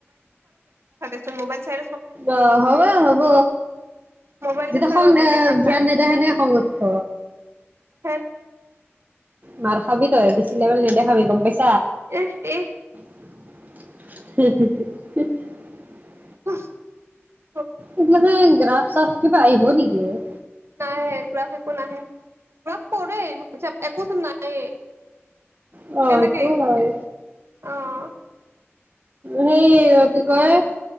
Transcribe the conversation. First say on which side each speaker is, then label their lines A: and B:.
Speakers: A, on the right; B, on the right.
A: তোৰ মোবাইল চাই
B: আহ, হবই হ'ব
A: মোবাইলটো
B: যেতিয়া
A: চোৱাটো
B: খং
A: বেলেগ কথা
B: ধ্যান নিদায়ে সেনে খং উঠিব।
A: ধেৎ
B: মাৰৰ খাবি তই বেছি লেভেল নিদেখাবি গ'ম পাইছ।
A: ইষ, ইষ।
B: হোমহ, হোমহ।
A: উমহ
B: মোৰ মানে গ্ৰাফ চাফ কিবা আহিব নেকি অ'।
A: নাহে এইবিলাক একো নাহে এইবিলাক পঢ়ে একোচোন নাই।
B: অ
A: কেনেকে
B: সেইটো
A: এইভতে
B: হয়
A: অ'।
B: হেই কি কয়